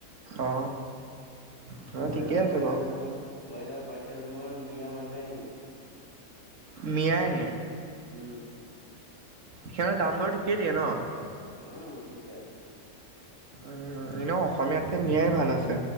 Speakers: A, on the right; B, on the right.
A: অ তোমাৰ
B: ব্ৰইলাৰ
A: ঠিকে আছে
B: পাৰ্চেল
A: বাৰু
B: মোৰ- ব্ৰইলাৰ পাৰ্চেল মোৰ মিয়া মানুহে নিয়ে।
A: মিয়াই নিয়ে?
B: উম।
A: সিহঁতে দাম দৰ ঠিকেই দিয়ে ন?
B: উম ঠিকে আছে।
A: উম এনেও অসমীয়াতকে মিয়াই ভাল আছে।